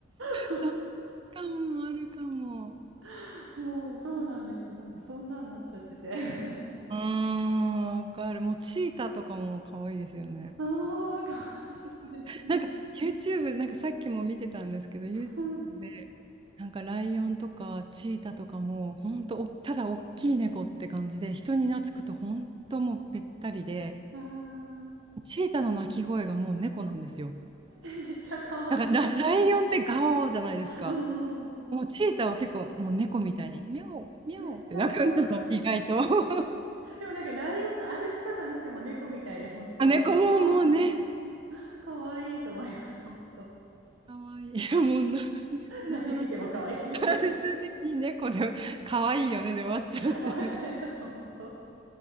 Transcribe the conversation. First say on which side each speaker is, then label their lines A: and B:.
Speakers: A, on the right; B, on the right.
A: そう
B: そうかも、あるかも。
A: <laughs> もうそうなんですよ。なんかそんなんなっちゃってて。<laughs>
B: うーん、わかる。もうチーターとかも可愛いですよね。
A: ああ、かわいいですね。
B: なんか YouTube、なんかさっきも見てたんですけど、YouTube
A: うん
B: で、なんかライオンとかチーターとかも、ほんとお、ただ大きい猫って感じで、人に懐くとほんともうべったりで、
A: ああ、
B: チーターの鳴き声がもう猫なんですよ。
A: <laughs> えめっちゃかわいい。
B: だからラ、ライオンってガオーじゃないですか。
A: うんうんうん。
B: もうチーターは結構もう猫みたいに、ミャオ、ミャオって鳴くんですよ、
A: めっちゃかわいい。
B: 意外と。<laughs>
A: でもなんかライオンの歩き方見ても猫みたいで、本当。
B: あ、猫ももうね。
A: あんかわいいと思います、本当。
B: かわいい。<laughs> もう、なこの話、
A: 何見てもかわいい。<laughs>
B: 最終的に猫で、かわいいよね、で終わっちゃうっていうね。
A: 終わっちゃいます、本当。